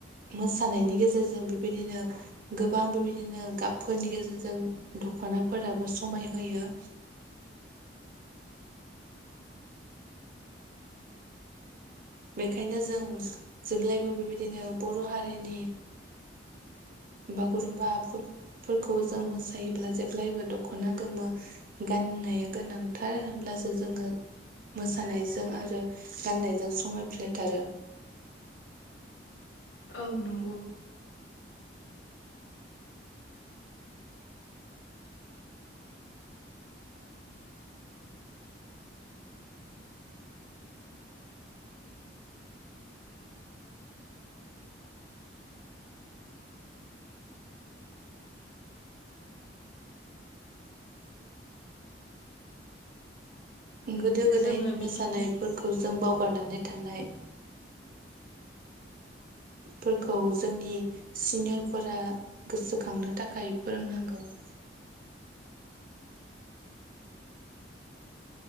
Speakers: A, on the right (about 50°); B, on the left (about 70°).
A: मोसानायनि गेजेरजों बेबायदिनो गोबां बेबायदिनो गाबफोरनि गेजेरजों दख'नाफोराबो समाय होयो। बेखायनो जों जेब्लायबो बेबायदिनो बर' हारिनि बागुरुम्बाफोरखौ जों मोसायोब्ला जेब्लायबो दख'ना गोमो गान होननाया गोनांथार होनब्लासो जोङो मोसानायजों आरो गाननायजों समाय फ्लेथारो।
B: औ नंगौ
A: गोदो गोदायनि
B: जोङो बिदिनो
A: मोसानायफोरखौ जों बावगारनानै थानाय फोरखौ जोंनि सिनियरफोरा गोसोखांनो थाखाय फोरोंनांगौ। <inaudible>